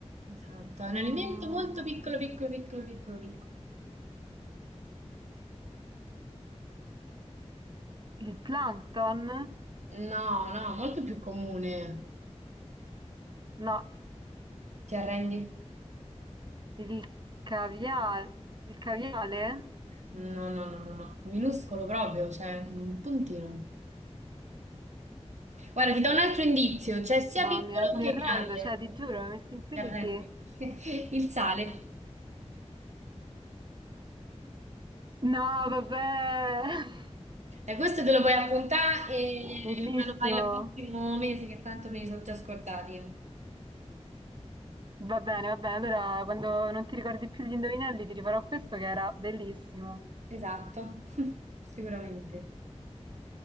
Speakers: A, on the right; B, on the right.
A: Esatto, è un
B: Mm,
A: alimento molto piccolo, piccolo, piccolo, piccolo, piccolo.
B: il plankton?
A: No, no, molto più comune.
B: No,
A: Ti arrendi?
B: il caviale. Il caviale?
A: No, no, no, no, no. Minuscolo proprio, cioè un puntino. Guarda, ti do un altro indizio, cioè sia
B: No,
A: piccolo
B: mi, ar- mi
A: che
B: arrendo,
A: grande.
B: cioè ti giuro, mi hai messo in crisi.
A: Ti arrendi. <laughs> Il sale.
B: No, vabbè. <laughs>
A: E questo te lo puoi appuntare e
B: Bellissimo.
A: me lo fai il prossimo mese, che tanto me li sono già scordati.
B: Va bene, va bene. Allora, quando non ti ricordi più gli indovinelli, ti rifarò questo che era bellissimo.
A: Esatto, <laughs> sicuramente.